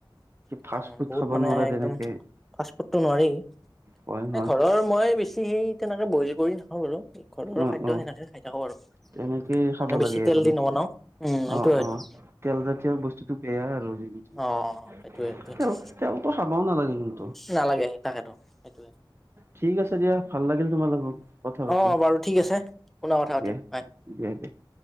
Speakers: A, in the centre; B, on the right.
A: অ',
B: ফাষ্ট ফুড
A: বহুত
B: খাব
A: মানে
B: নোৱাৰা তেনেকে
A: একদম ফাষ্টফুটটো নোৱাৰি এ,
B: হয় হয়
A: ঘৰৰ মই বেছি সেই তেনেকে বইল কৰি নাখাওঁ বাৰু। ঘৰৰ
B: অ
A: খাদ্য
B: অ
A: সেনেকে খাই থাকোঁ আৰু
B: তেনেকেই খাব
A: মানে
B: লাগে
A: বেছি
B: আৰু
A: তেল দি নবনাওঁ। উম সেইটোয়েটো।
B: অ', অ', তেল জাতীয় বস্তুটো বেয়া আৰু <unintelligible>
A: অ সেইটোয়ে সেইটোয়ে
B: তেল তেলতো খাবও নালাগে। কিন্তু
A: নালাগে তাকেতো সেইটোয়ে
B: ঠিক আছে দিয়া ভাল লাগিল তোমা লগত কথা পাতি।
A: অ বাৰু ঠিক আছে পুনৰ কথা
B: দিয়া
A: পাতিম বাই।
B: দিয়া <unintelligible>